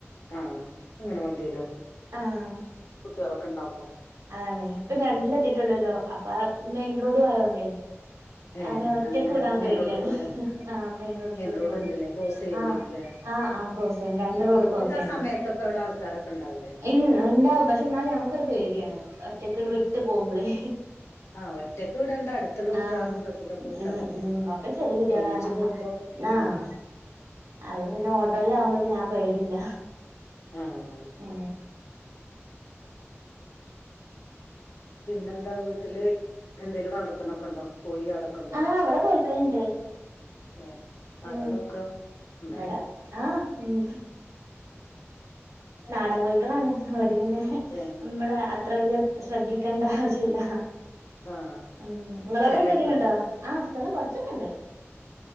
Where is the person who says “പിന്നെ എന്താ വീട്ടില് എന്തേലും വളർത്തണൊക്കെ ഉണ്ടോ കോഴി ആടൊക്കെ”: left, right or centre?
Left